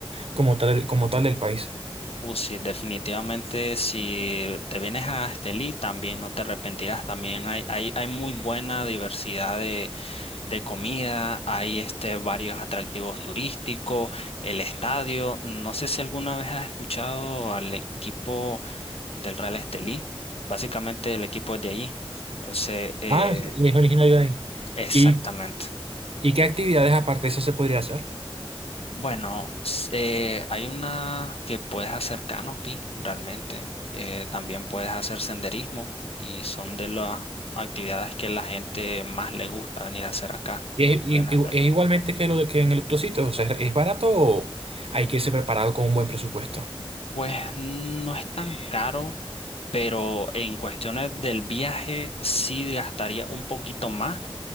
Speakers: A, on the right; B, on the left.
A: como tal, como tal del país.
B: Uh, sí, definitivamente si te vienes a Estelí también no te arrepentirás. También hay, hay, hay muy buena diversidad de, de comida, hay este, varios atractivos turísticos, el estadio. No sé si alguna vez has escuchado al equipo del Real Estelí, básicamente el equipo es de allí. Entonces, eh,
A: Ah, sí, es originario de ahí.
B: exactamente.
A: ¿Y, y qué actividades aparte de esas se podría hacer?
B: Bueno, s- eh, hay una que puedes hacer canopy realmente. eh, también puedes hacer senderismo y son de las actividades que la gente más le gusta venir a hacer acá.
A: ¿Y es,
B: cuando
A: y-
B: viene acá
A: y-
B: el-
A: es igualmente que lo de- que en el otro sitio? O sea, ¿es barato o hay que irse preparado con un buen presupuesto?
B: Pues no es tan caro, pero en cuestiones del viaje sí gastaría un poquito más